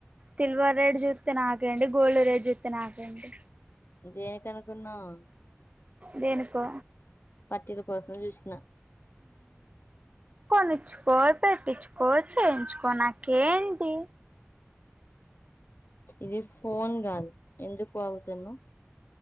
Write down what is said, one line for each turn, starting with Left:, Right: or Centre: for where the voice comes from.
Right: సిల్వర్ రేట్ చూస్తే నాకేండి గోల్డ్ రేట్ చూస్తే నాకేంటి
Left: దేనికి అనుకున్నావు
Right: దేనీకో
Left: పటీల కోసం చూసిన
Right: కొనుచుకో పెట్టించుకో చేయించుకో నాకేంటి
Left: ఇది ఫోన్ కాదు ఎందుకు వాగుతున్నావ్